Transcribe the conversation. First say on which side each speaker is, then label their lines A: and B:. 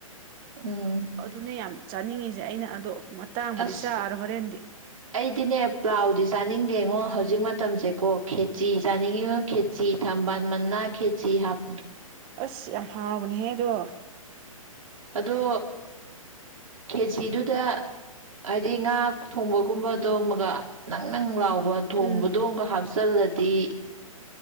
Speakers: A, on the right; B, on the right.
A: ꯎꯝ
B: ꯑꯗꯨꯅ ꯌꯥꯝ ꯆꯥꯅꯤꯡꯉꯤꯁꯦ ꯑꯩꯅ ꯑꯗꯣ ꯃꯇꯥꯡꯕꯨꯗꯤ
A: ꯑꯁ
B: ꯆꯥꯔꯣꯏ ꯍꯣꯔꯦꯟꯗꯤ
A: ꯑꯩꯗꯤꯅꯦ ꯄ꯭ꯂꯥꯎꯗꯤꯁ ꯆꯥꯅꯤꯡꯗꯦꯉꯣ ꯍꯧꯖꯤꯛ ꯃꯇꯝꯁꯦꯀꯣ ꯈꯦꯆꯤ ꯆꯥꯅꯤꯡꯉꯤꯉꯣ ꯈꯦꯆꯤ ꯊꯝꯕꯥꯜ ꯃꯅꯥ ꯈꯦꯆꯤ ꯍꯥꯞ
B: ꯑꯁ ꯌꯥꯝ ꯍꯥꯎꯕꯅꯦꯍꯦꯛ ꯗꯣ
A: ꯑꯗꯣ ꯀꯦꯖꯤꯗꯨꯗ ꯍꯥꯏꯗꯤ ꯉꯥ ꯊꯣꯡꯕꯒꯨꯝꯕꯗꯣ ꯑꯃꯒ ꯅꯪ ꯅꯪ ꯂꯥꯎꯕ ꯊꯣꯡꯕꯗꯣ
B: ꯎꯝ
A: ꯍꯥꯞꯆꯤꯜꯂꯗꯤ ꯍꯥꯞꯆꯥꯜꯂꯗꯤ